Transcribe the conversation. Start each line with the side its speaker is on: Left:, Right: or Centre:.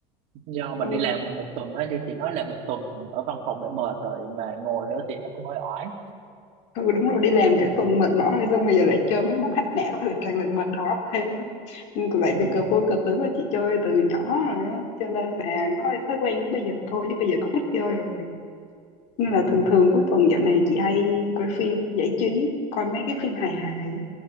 Right: do mình
Left: ừ,
Right: đi làm một tuần đó như chị nói là một tuần ở văn phòng đã mệt rồi mà ngồi nữa thì nó cũng hơi oải
Left: ừ đúng rồi đi làm cả
Right: ừ.
Left: tuần mệt mỏi rồi xong bây giờ lại chơi mấy môn hack não rồi càng làm mệt đầu óc thêm á nhưng lại
Right: Ừ.
Left: vì cờ vua cờ tướng là chị chơi từ nhỏ rồi á cho nên là nó là thói quen đến bây giờ thôi chứ bây giờ cũng ít chơi rồi nên
Right: Ừ.
Left: là thường thường cuối tuần dạo này chị hay coi phim giải trí coi mấy cái phim hài hài á